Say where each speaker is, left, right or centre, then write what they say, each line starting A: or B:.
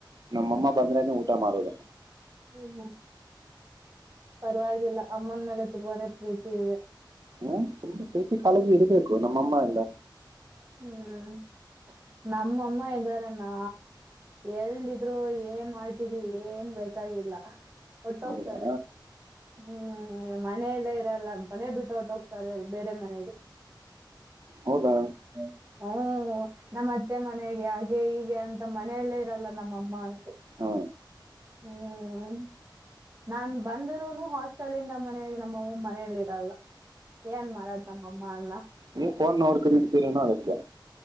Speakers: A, on the right; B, on the right.
A: ನಮ್ಮ ಅಮ್ಮ ಬಂದ್ರೆ ಊ ಊಟ ಮಾಡೋದು
B: ಹ್ಮ್ ಹ್ಮ್ ಪರವಾಗಿಲ್ಲ ಅಮ್ಮನ ಮೇಲೆ ತುಂಬಾನೇ ಪ್ರೀತಿ ಇದೆ
A: ಹ್ಮ್ ತುಂಬಾ ಪ್ರೀತಿ ಕಾಳಜಿ ಇರ್ಬೇಕು ನಮ್ಮಮ್ಮ ಎಲ್ಲ
B: ಹ್ಮ್ ನಮ್ಮಮ್ಮ ಇದ್ದಾರೆ ನಾ ಎಲ್ಲಿದ್ದರೂ ನಾವು ಏನ್ ಮಾಡ್ತಿದ್ವಿ ಏನ್ ಬೇಕಾಗಿಲ್ಲ ಒಟ್ಟೋಗ್ತಾರೆ
A: ಹೌದಾ
B: ಹ್ಮ್ ಮನೆಯಲ್ಲೇ ಇರಲ್ಲ ಮನೆ ಬಿಟ್ಟು ಹೊಟ್ಟ ಹೋಗ್ತಾರೆ ಬೇರೆ ಮನೆಗೆ
A: ಹೌದಾ
B: ಹ್ಮ್ ನಮ್ಮ ಅತ್ತೆ ಮನೆಗೆ ಹಾಗೆ ಹೀಗೆ ಅಂತ ಮನೆಯಲ್ಲೇ ಇರಲ್ಲ ನಮ್ಮಮ್ಮ ಅಂತೂ
A: ಹಾ
B: ಹ್ಮ್ ನಾನ್ ಬಂದರೂನು ಹಾಸ್ಟೆಲ್ನಿಂದ ಮನೆಗೆ ನಮ್ಮಮ್ಮ ಮನಲಿ ಇರಲ್ಲ ಏನ್ ಮಾಡೋದು ನಮ್ಮಅಮ್ಮ ನ
A: ನೀ ಫೋನ್ ನೋಡ್ಕರಿ ಇಡ್ತೀರೇನೋ ಅದಕ್ಕೆ